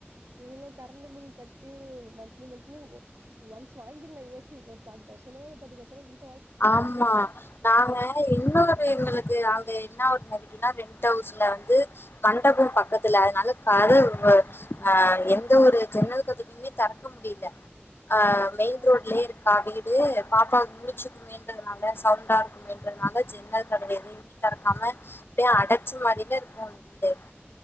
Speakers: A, on the right; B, on the left.
A: இவ்ளோ கரண்ட் பில் கட் டிட்டு மந்த்லி மந்தலி ஒ ம்ச் ஒன்ஸ் வாங்கிருல ஏ சி ஒரு ஃபாரிட்டி தௌசண்னோ தேர்ட்டி தௌசண்னோ குடுத்
B: ஆமா நாங்க இன்னொ ரு எங்களுக்கு அங்க என்ன ஒரு நெகட்டிவெனா ரெண்டட் ஹவுஸ்ல வந்து மண்டபம் பக்கத்துல அதனால கதவு ஆ எந்த ஒரு ஜன்னல் கதவுையுமே திறக்க முடியல ஆ மெயின்
A: ஆமா
B: ரோட்லயே இருக்கா வீடு பாப்பா முழுச்சுரு மெயின் ரோடுனால சவுண்டா இருக்கு மெயின் ரோடுனால ஜன்னல் கதவு எதையுமே தரக்காம அப்டியே அடைச்ச மாதிரில்ல இருக்கும் உங்க வீடு